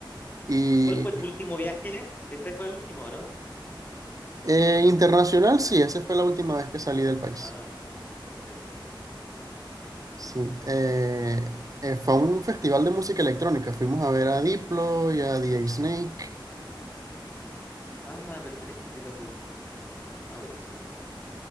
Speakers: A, on the right (about 40°); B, on the left (about 20°).
A: y
B: ¿Cuál fue tu último viaje? Este fue el último, ¿no?
A: eh, internacional, sí, esa fue la última vez que salí del país.
B: Ah, perfecto.
A: Sí, eh, eh, fue un festival de música electrónica. Fuimos a ver a Diplo y a The Snake.
B: Ah, perfecto, sí los ubico. Ah, buenísimo.